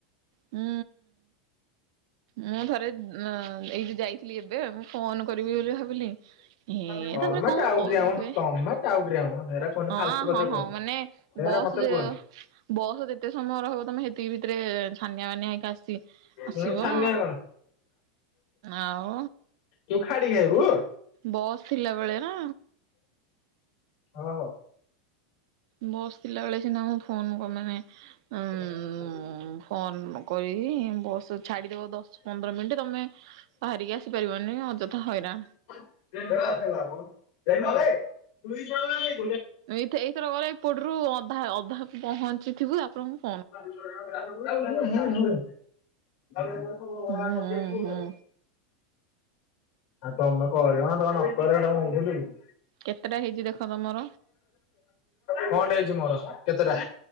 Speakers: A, on the right (about 60°); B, on the left (about 65°).
A: ହୁଁ। ମୁଁ ଥରେ ଅ ଏଇ ଯାଇଥିଲି ଏବେ ମୁଁ ଫୋନ କରିବି ବୋଲି ଭାବିଲି। ଏ
B: ତମେ
A: ତାପରେ କଣ
B: ଟାଉଟରିଆ
A: କରୁଥିବେ,
B: ମ ତମେ ଟାଉଟରିଆ ମ ହେରା କୁହନି
A: ହଁ
B: ଫାଲତୁ କଥା
A: ହଁ
B: କୁହନି।
A: ହଁ ମାନେ
B: ହେରା
A: ବସ୍,
B: ମତେ
A: ଯେ
B: କୁହନି
A: ବସ୍ ଯେତେ ସମୟ ରହିବ ତମେ ହେତିକି ଭିତରେ ଥାନିଆ ମାନିଆ ହେଇକି ଆସି ଆସିବ
B: ମୁଁ ଛାନିଆ କଣ
A: ଆଉ
B: ତୁ ଖାଡି ହେବୁ।
A: ବସ୍ ଥିଲା ବେଳେ ନା।
B: ହଁ ହଁ।
A: ବସ ଥିଲା ବେଳେ ସିନା ମୁ ଫୋନ କ ମାନେ ଉଁ
B: <unintelligible>
A: ଫୋନ କରି ବସ ଛାଡିଦବ ଦଶ ପନ୍ଦର ମିନିଟ ତମେ ବାହାରିକି ଆସି ପାରିବନି ଅଯଥା ହଇରାଣ।
B: <unintelligible>
A: ଏଇଥ-ଏଇଥର କଲେ ଏପଟରୁୁ ଅଧା ଅଧା ପହଞ୍ଚିଥିବୁ ଆପଣଙ୍କୁ
B: <unintelligible>
A: ହୁଁ ହୁଁ ହୁଁ
B: ଆଉ ତମେ କହିଲ ବା ତମେ ନକର ଏଇଟା ମୁଁ ଭୁଲିବି।
A: କେତେଟା ହେଇଛି ଦେଖ ତମର
B: କଣଟେ ହେଇଛି ମୋର କେତେଟା?